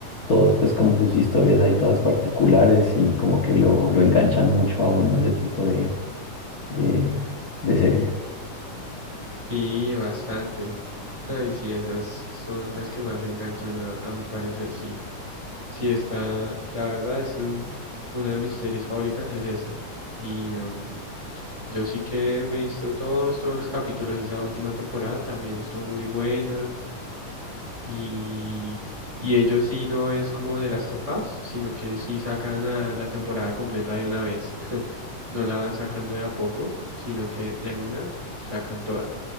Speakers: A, on the left; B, on the right.
A: todos, pues como sus historias hay todas particulares y como que lo, lo enganchan mucho a uno ese tipo de, de, de series.
B: Sí, bastante. Ay, sí, esas son las que más enganchan a, a mi parecer, sí. Sí, está, la verdad es un- una de mis series favoritas, es esa. Y em, yo sí que me he visto todos, todos los capítulos de esa última temporada, también estuvo muy buena. Y, y ellos sí no es como de Last of Us, sino que sí sacan a la temporada completa de una vez. <laughs> No la van sacando de a poco, sino que de una sacan toda.